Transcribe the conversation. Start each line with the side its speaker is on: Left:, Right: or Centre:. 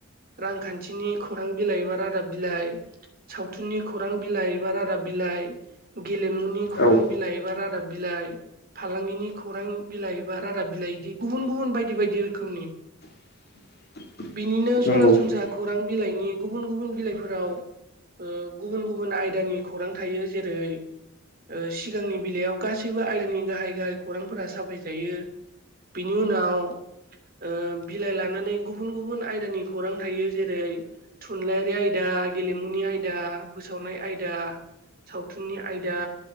Right: रांखान्थिनि खौरां बिलाइ एबा रादाब बिलाइ सावथुननि खौरां बिलाइ एबा रादाब बिलाइ गेलेमुनि खौरां
Left: औ
Right: बिलाइ एबा रादाब बिलाइ फालांगिनि खौरां बिलाइ एबा रादाब बिलाइ इदि गुबुन गुबुन बायदि बायदि रोखोमनि
Left: <inaudible>
Right: बिनिनो
Left: नंगौ
Right: सरासनस्रा खौरां बिलाइनि गुबुन गुबुन बिलाइफोराव ओ गुबुन गुबुन आयदानि खौरां थायो जेरै ओ सिगांनि बिलायाव गासैबो आयदानि गाहाय गाहाय खौरांफोरा साफाय जायो बिनि उनाव ओ बिलाइ लानानै गुबुन गुबुन आयदानि खौरां थायो जेरै थुनलाइयारि आयदा गेलेमुनि आयदा फोसावनाय आयदा सावथुननि आयदा